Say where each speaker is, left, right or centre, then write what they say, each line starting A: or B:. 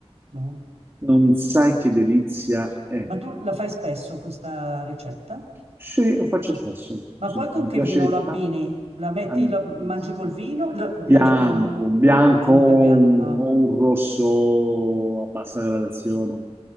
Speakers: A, on the right; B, on the right.
A: buona.
B: Non sai che delizia è.
A: Ma tu la fai spesso questa ricetta?
B: Sì, lo faccio spesso.
A: Ma
B: Sì,
A: poi con
B: mi
A: che
B: piace
A: vino lo abbini?
B: tan-
A: La metti,
B: tantissimo.
A: lo mangi col vino? Lo, mangi
B: Bianco,
A: con...
B: un bianco
A: ah, un
B: o
A: bel bianco.
B: un,
A: eh.
B: o un rosso a bassa gradazione.